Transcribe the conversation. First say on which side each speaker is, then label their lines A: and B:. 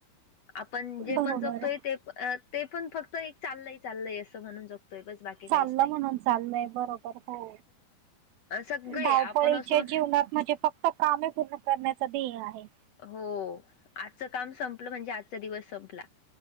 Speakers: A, on the left; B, on the right.
A: आपण जे
B: बरोबर
A: पण जगतोय ते ते पण फक्त एक चाललं चालय असं म्हणून जगतोय बस बाकी काहीच
B: चाललं
A: नाही.
B: म्हणून चाललय बरोबर हो
A: सगळे
B: धावपळीच्या
A: आपण असो
B: जीवनात म्हजे फक्त कामे पूर्ण करण्याचा ध्येय आहे.
A: हो आजचं काम संपलं म्हणजे आजचा दिवस संपला